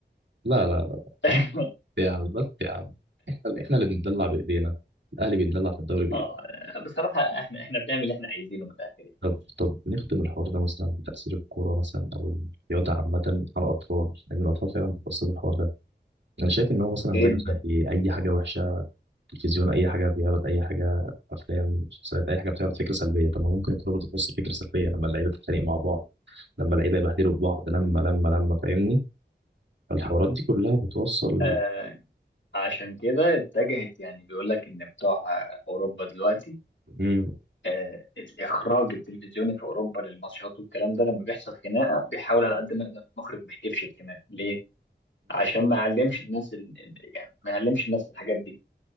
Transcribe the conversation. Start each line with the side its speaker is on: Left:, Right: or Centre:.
Right: لا لا لا
Left: <laughs>
Right: لا. يا عم بس يا عم احنا احنا اللي بنتدلع بايدينا الاهلي بيتدلع في الدوري بايده
Left: اه بصراحه احنا احنا بنعمل اللي احنا عايزينه من الاخر يعني
Right: طب طب نختم الحوار ده مثلا بتاثير الكوره مثلا او الرياضه عامه على الاطفال لان الاطفال فعلا بتاثر بالحوار ده انا شايف ان هو مثلا
Left: جدا
Right: زي زي اي حاجه وحشه تلفزيون اي حاجه بيعرض اي حاجه افلام مسلسلات اي حاجه بتعرض فكره سلبيه طب ما ممكن الكوره برضه توصل فكره سلبيه لما اللعيبه تتخانق مع بعض لما اللعيبه يبهدلوا في بعض لما لما لما فاهمني فالحوارات دي كلها بتوصل
Left: آه عشان كده اتجهت يعني بيقول لك ان بتوع آه، اوروبا دلوقتي
Right: امم
Left: آه، الاخراج التلفزيوني في اوروبا للماتشات والكلام ده لما بيحصل خناقه بيحاول على قد ما يقدر المخرج ما يجيبش الخناقه ليه؟ عشان ما يعلمش الناس ال... ال- يعني ما يعلمش الناس الحاجات دي